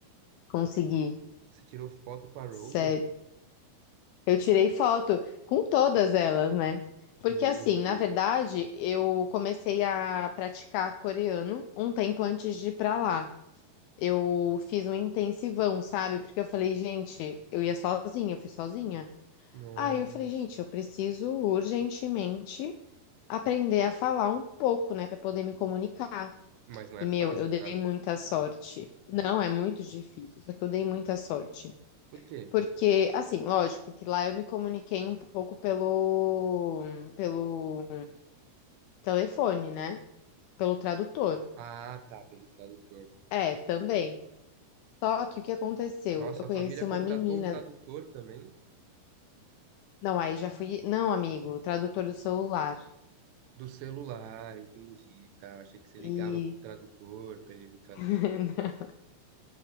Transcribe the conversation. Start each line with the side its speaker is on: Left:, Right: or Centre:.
Left: conseguir.
Right: Você tirou foto com a Rosé?
Left: Sério. Eu tirei foto com todas elas, né? Porque
Right: Meu
Left: assim, na
Right: Deus.
Left: verdade, eu comecei a praticar coreano um tempo antes de ir pra lá. Eu fiz um intensivão, sabe? Porque eu falei, gente, eu ia sozinha, eu fui sozinha.
Right: Nossa.
Left: Aí eu falei, gente, eu preciso urgentemente aprender a falar um pouco, né, Pra poder me comunicar.
Right: Mas não é
Left: E meu,
Right: fácil,
Left: eu dei
Right: tá?
Left: muita sorte. Não, é muito difícil, só que eu dei muita sorte.
Right: Por quê?
Left: Porque, assim, lógico que lá eu me comuniquei um pouco pelo, pelo telefone, né? Pelo tradutor.
Right: Ah, tá, pelo tradutor.
Left: É, também. Só que o que aconteceu?
Right: Nossa,
Left: Eu conheci
Right: a família
Left: uma
Right: contratou
Left: menina.
Right: um tradutor também
Left: Não, aí já fui. Não, amigo, tradutor do celular.
Right: do celular, entendi, tá? Achei que você ligava
Left: E
Right: pro tradutor pra ele vir traduzir.
Left: <laughs>